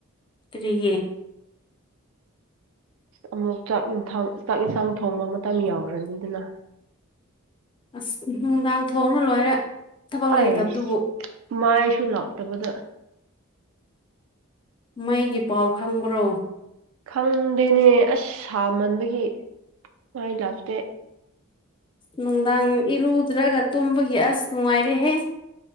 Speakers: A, on the left; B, on the right.
A: ꯇꯔꯤꯌꯦ
B: ꯑꯃꯨꯛ ꯆꯥꯛꯟꯥꯡ ꯆꯥꯛ ꯏꯟꯁꯥꯡ ꯊꯣꯡꯕ ꯃꯇꯝ ꯌꯥꯎꯔꯅꯤ ꯑꯗꯨꯅ
A: ꯑꯁ ꯅꯨꯡꯗꯥꯡ ꯊꯣꯡꯅ ꯂꯣꯏꯔꯦ ꯊꯕꯛ ꯂꯩꯇꯕꯗꯨꯕꯨ
B: ꯑꯩꯁ ꯃꯥꯏꯁꯨ ꯂꯥꯛꯇꯕꯗ
A: ꯃꯩꯒꯤ ꯄꯥꯎ ꯈꯪꯕ꯭ꯔꯣ
B: ꯈꯪꯗꯦꯅꯦ ꯑꯁ ꯁꯥꯃꯟꯕꯒꯤ ꯃꯥꯏ ꯂꯥꯞꯇꯦ
A: ꯅꯨꯡꯗꯥꯡ ꯏꯔꯨꯗ꯭ꯔꯒ ꯇꯨꯝꯕꯒꯤ ꯑꯁ ꯅꯨꯡꯉꯥꯏꯔꯦꯍꯦ